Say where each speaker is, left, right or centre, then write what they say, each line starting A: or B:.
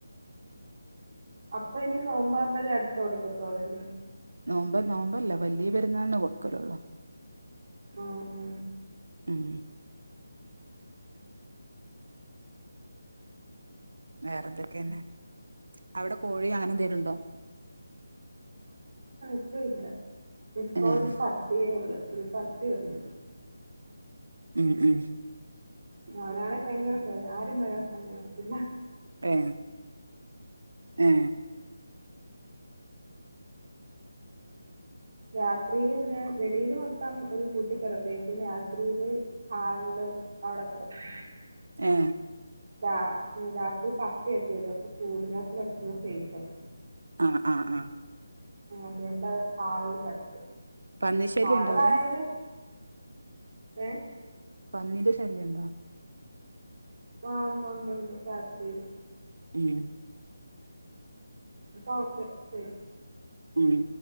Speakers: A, on the right (about 55°); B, on the right (about 80°).
A: അപ്പൊ ഇനി നോമ്പാമ്പഴ് അടുത്ത കൊടുത്തിത്തോളല്ലേ
B: നോമ്പ് നോമ്പാല്ല വലിയപെരുന്നാളിന് കൊടുക്കലൊള്ളൂ
A: ഓ ഹൊ
B: ഉം വേറെ എന്തൊക്കെന്നെ അവിടെ കോഴി അങ്ങനെ എന്തേലുണ്ടോ
A: ഒട്ടുല്ലാ ഇപ്പൊ
B: ഏഹ്
A: ഒരു പട്ടിയേ ഉള്ളൂ ഒരു പട്ടിയെ ഉള്ളൂ
B: ഉം ഉം
A: ഞാനാണേ ഭയങ്കര കൊരയാ ആരും വരാൻ സമ്മതിക്കില്ല
B: ഏ ഏ
A: രാത്രിയില് പിന്നെ വെളിയിൽ മൊത്തം ഒരു കൂട്ടിക്കിടത്തേക്കും രാത്രിയില് ഹാളില് അവിടെ കിടക്കും
B: ഏ
A: രാ രാത്രി പട്ടിയൊക്കെ വെരും അപ്പൊ കൂടിനകത്ത് കിടക്കുന്നത് സേഫ് അല്ല
B: ആ ആ ആ
A: അതുകൊണ്ട് ഹാളില് കേടാത്തും
B: പന്നി ശല്യണ്ടോ
A: ഹാളിലായാലും
B: അവിടെ
A: ഏ
B: പന്നിുടെ ശല്യം ഉണ്ടോ
A: ആ ഉണ്ടണ്ട് ഉണ്ടണ്ട് രാത്രിയില്
B: ഉം
A: അപ്പൊ ഓക്കെ ശരി
B: ഉം